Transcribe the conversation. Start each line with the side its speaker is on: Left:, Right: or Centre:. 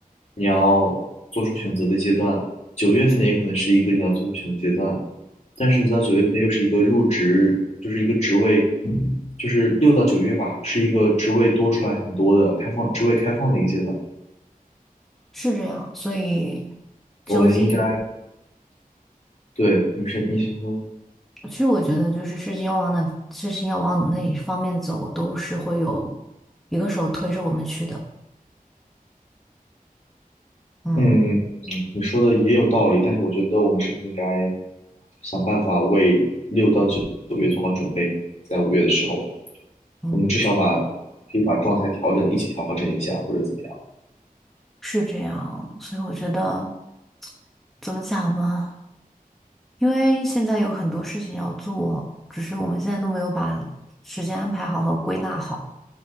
Left: 你要做出选择的阶段，九月份也可能是一个你要做出选择阶段，但是你知道九月份又是一个入职，就是一个职位，就是六到九月吧，是一个职位多出来很多的开放职位开放的一个阶段。
Centre: 是这样。所以，究竟，
Left: 我们应该，对，你是你先说，
Centre: 其实我觉得就是事情要往哪，事情要往哪一方面走，都是会有一个手推着我们去的。嗯
Left: 嗯，你说的也有道理，但是我觉得我们是不是应该想办法为六到九九月做好准备？在五月的时候，
Centre: 嗯，
Left: 我们至少把可以把状态调整，一起调整一下，或者怎么样？
Centre: 是这样，所以我觉得怎么讲呢？因为现在有很多事情要做，只是我们现在都没有把时间安排好和归纳好，